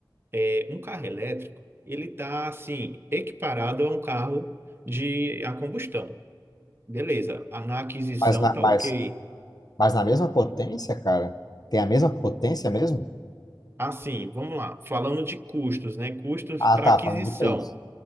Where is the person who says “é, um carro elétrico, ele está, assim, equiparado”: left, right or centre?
Right